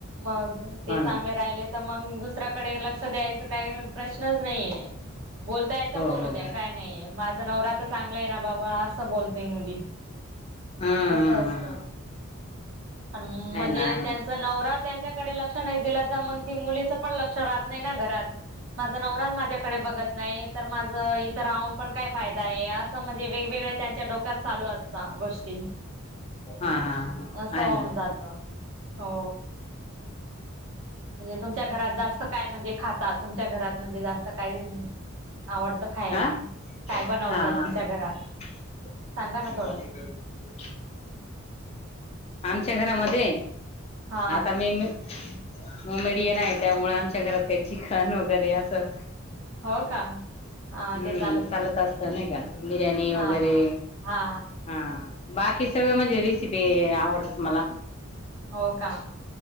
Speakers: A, on the right (about 70°); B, on the left (about 30°).
A: मग ते
B: हो
A: चांगले
B: ना
A: राहिले तर मग दुसर दुसराकडे लक्ष द्यायचं काय गरज नाहीए. बोलता य
B: हो हो
A: बोलू द्या काय नाही. माझा न तर चांगलाय ना बाबा असं बोलते मुली
B: हम्म
A: असं
B: हम्म
A: असत.
B: हम्म
A: पण म्हणजे
B: आहे ना आहे
A: त्यांच
B: ना
A: नवरा त्यांच्याकडे लक्ष नाही दिला तर मग ती मुलीच पण लक्ष राहत नाही ना घरात. माझा नवराच माझ्याकडे बघत नाही तर माझं इथं राहून पण काय फायदा आहे असं म्हणजे वेगवेगळे त्यांच्या डोक्यात चालू असतात गोष्टी.
B: हा हा
A: अस होऊन
B: आहे ना
A: जात. हो. म्हणजे तुमच्या घरात जास्त काय म्हणजे खाता तुमच्या घरात म्हणजे जास्त काय आवडत खायला
B: आ
A: काय बनवत
B: हा हा
A: तुमच्या घरात.
B: <unintelligible>
A: सांगा ना थोडस
B: आमच्या घरामध्ये
A: हा
B: आता मी, मुंबेड येन आहे त्यामुळे आमच्या घरात काही चिकन वगैरे असं,
A: हो का. हा
B: हम्म
A: ते
B: चालत
A: नाही
B: असत नाही का बिर्याणी वगैरे
A: हा हा हा
B: हा. बाकी सगळे म्हणजे रेसिपी आवडतात मला.
A: हो का.,